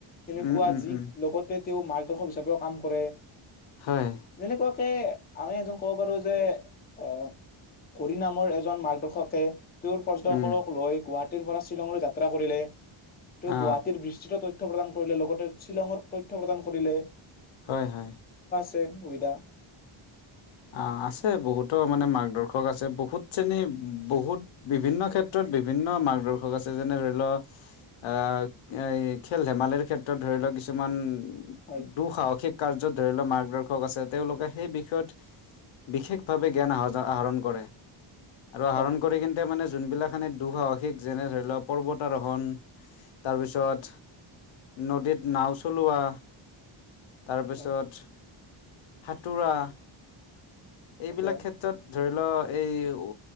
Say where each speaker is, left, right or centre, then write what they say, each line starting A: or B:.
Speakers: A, on the left (about 20°); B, on the left (about 65°).
A: তেনেকুৱা
B: উম উম
A: যি
B: উম
A: লগতে তেওঁ মাৰ্গ দৰ্শক হিচাপেও কাম কৰে।
B: হয়
A: যেনেকোৱাকে আমি এজন ক'ব পাৰো যে, অ' হৰি নামৰ এজন মাৰ্গদৰ্শকে তেওঁৰ পৰ্যটক
B: উম
A: সকলক লৈ গোৱাত টিৰ পৰা চি শ্বিলংলৈ যাত্ৰা কৰিলে, তেওঁ
B: অ
A: গুৱাহাটীৰ বিস্তৃত তইত তথ্য প্ৰদান কৰিলে লগতে শ্বিলঙৰ তথ্য প্ৰদান কৰিলে।
B: হয় হয়।
A: তে সুবিধা।
B: অ' আছে বহুতো মানে মাৰ্গদৰ্শক আছে, বহুত শ্ৰেণী বহুত বিভিন্ন ক্ষেত্ৰত বিভিন্ন মাৰ্গদৰ্শক আছে, যেনে ধৰি ল্ আ এই খেল ধেমালিৰ ক্ষেত্ৰত ধৰি লওক কিছুমান
A: হয়,
B: দুঃসাহসিক কাৰ্যত ধৰি লোৱা মাৰ্গদৰ্শ শক আছে তেওঁলোকে সেই বিষ ষয়ত, বিশেষভাৱে জ্ঞান আহজ - আহৰণ কৰে। আৰু আহৰণ
A: হয়,
B: কৰি কিন্তে মানে যোনবিলাখানে দুঃসাহসিক যেনে ধৰি ল পৰ্বতাৰোহণ তাৰপিছত নদীত নাও চলোৱা তাৰপিছত
A: হয়,
B: সাঁতোৰা। <inaudible> এইবিলাক
A: অতৰা
B: ক্ষেত্ৰত ধৰি ল এই ও